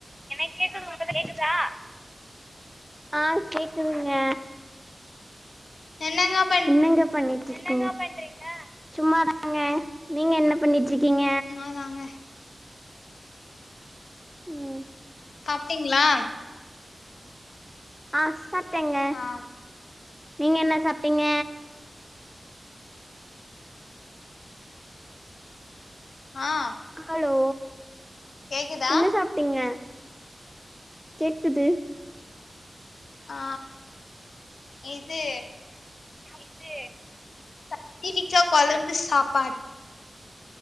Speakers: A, in the centre; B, on the left (about 80°).
A: கேக்குது உங்களுக் கேக்குதா ஆ கேக்குதுங்க
B: என்னங்கப்
A: என்னங்க பண்ணீட்ருக்கீங்க சும்மாதாங்க நீங்க என்ன பண்ணிட் ருக்கீங்க
B: சும்மாதாங்க
A: ம்
B: சாப்டீங்ளா
A: ஆ சாப்டேங்க
B: ஆ
A: நீங்க என்ன சாப்டீங்க
B: ஆ
A: ஹலோ
B: கேக்குதா
A: என்ன சாப்டீங்க கேக்குது
B: ஆ இது
A: இது
B: கத்திரிச்சா கொலம்பு சாப்பாடு